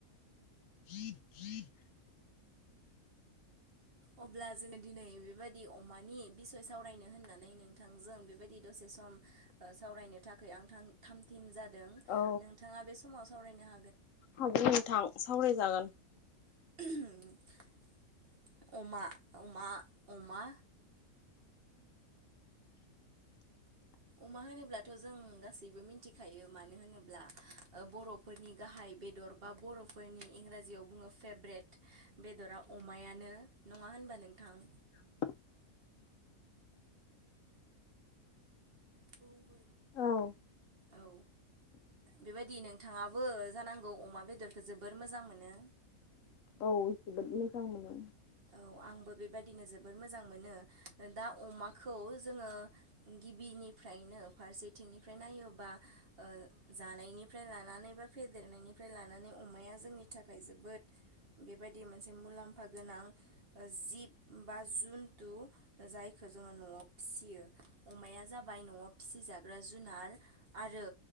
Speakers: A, on the left; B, on the right.
A: जि जिद <inaudible>
B: अब्ला जोङो दिनै बेबादि अमानि बिसय सावरायनो होननानै नोंथांजों बेबायदि दसे सम सावरायनो थाखाय आं थां थामथिम जा दों
A: औ
B: नोंथाङा बे समाव सावरायनो हा
A: हागोन नोंथां सावरायजागोन।
B: <inaudible> अमा अमा अमा अमा होनोब्लाथ' जों गासैबो मिथिखायो मानो होनोब्ला बर'फोरनि गाहाय बेदर बा बर'फोरनि इंराजियाव बुङो फेभ्रेट बेदरा अमायानो नङा होनबा नोंथां।?
A: <inaudible>
B: औ
A: औ
B: ओ बेबायदि नोंथाङाबो जानांगौ अमा बेदरखौ जोबोर मोजां मोनो।
A: औ मोजां मोनो।
B: औ आंबो बेबायदिनो जोबोर मोजां मोनो दा अमाखौ जोङो गिबिनिफ्रायनो फारसेथिंनिफ्राय नायोबा ओ जानायनिफ्राय लानानै लानानै बा फेदेरनायनिफ्राय लानानै अमाया जोंनि थाखाय जोबोद बेबायदि मोनसे मुलाम्फा गोनां। जिब बा जुनतु जायखौ जोङो न'वाव फिसियो अमाया जा बाय न'वाव फिसिजाग्रा जुनार आरो